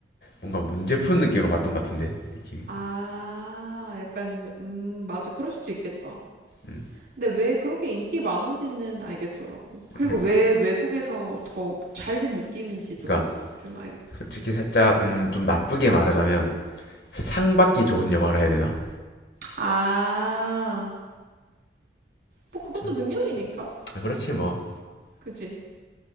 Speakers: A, on the left; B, on the right.
A: 뭔가 문제 푸는 느낌으로 봤던 것 같은데, 느낌이.
B: 아, 약간 음, 맞아. 그럴 수도 있겠다.
A: 음,
B: 근데 왜 그렇게 인기 많은지는 알겠더라고. 그리고
A: 그러니까,
B: 왜 외국에서 더 잘 된 느낌인지도
A: 그러니까
B: 좀 알겠고.
A: 솔직히 살짝, 음, 좀 나쁘게 말하자면, 상 받기 좋은 영화라 해야 되나?
B: 아, 뭐 그것도
A: 좀,
B: 능력이니까.
A: 아, 그렇지 뭐.
B: 그지?